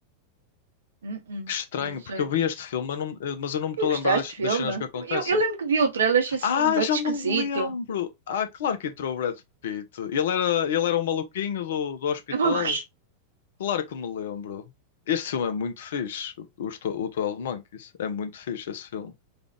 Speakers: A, on the right (about 70°); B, on the left (about 55°).
A: Hum, hum.
B: Que estranho,
A: Não sei.
B: porque eu vi este filme, mas não- mas eu não me estou
A: E gostaste
B: a lembrar das,
A: do filme?
B: das cenas que acontecem.
A: Eu, eu lembro que vi o trailer, achei esse
B: Ah,
A: filme bem
B: já
A: esquisito.
B: me lembro! Ah, claro que entrou o Brad Pitt. Ele era, ele era um maluquinho do, do hospital.
A: Eu- <laughs>
B: Claro que me lembro. Este filme é muito fixe. O, Tw- o 12 Monkeys. É muito fixe esse filme.